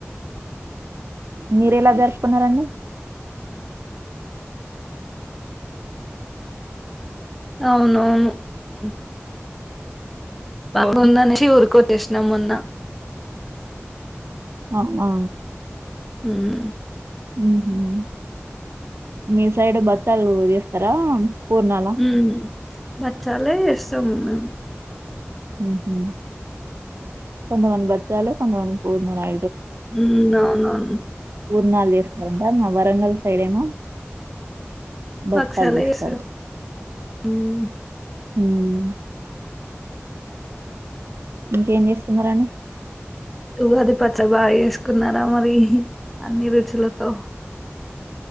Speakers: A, on the right; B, in the centre.
A: మీరు ఎలా జరుపుకున్నారండి
B: అవునవును ఉమ్ బొందనేసి ఊరికొచ్చేసినాం మొన్న
A: అవునా
B: హమ్
A: ఉహుమ్ మీ సైడ్ బత్తాలు చేస్తారా పూర్ణాల
B: హమ్ బచ్చాలే చేస్తాము మేము
A: ఉహుమ్ కొంత మంది బద్ చాల పంగాల్ పూర్ణ రా
B: ఉమ్ అవునవును
A: పూర్నాలు చేస్తారంట మా వరంగల్ సైడ్ ఏమో బచ్చాలు
B: బచ్చలు
A: చేస్తారు
B: చేస్తారా హమ్
A: హమ్ ఇంకేం చేస్తున్నా రాండి
B: ఉగాది పచ్చడి బాగా వేసుకున్నారా మరి అన్ని రుచులతో